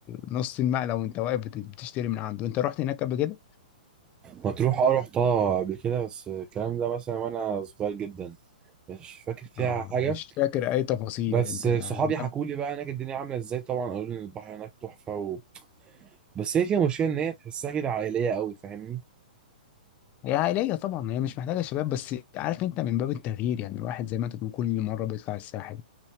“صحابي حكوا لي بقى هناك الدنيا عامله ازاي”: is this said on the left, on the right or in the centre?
Right